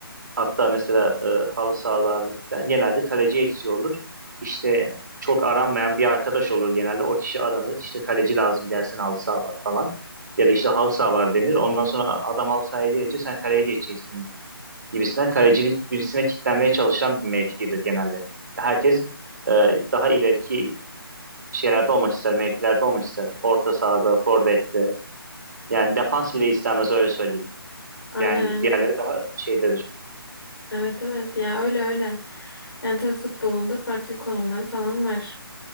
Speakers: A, on the right (about 50°); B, on the left (about 70°).
A: Hatta mesela e, halı sahalarda falan genelde kaleci eksiği olur. İşte çok aranmayan bir arkadaş olur genelde. O kişi aranır. İşte kaleci lazım gelsin halı saha var falan. Ya da işte halı saha var denir. Ondan sonra adam halı sahaya gelince sen kaleye geçeceksin gibisinden. Kalecilik birisine kitlenmeye çalışan bir mevkidir genelde. Herkes e, daha ileriki şeylerde olmak ister, mevkilerde olmak ister. Orta sahada, forvette. Yani defans bile istemez öyle söyleyeyim.
B: Aynen
A: Yani
B: aynen.
A: diğerleri daha şeydedir.
B: Evet evet ya öyle öyle. Yani tabii futbolunda farklı konumları falan var.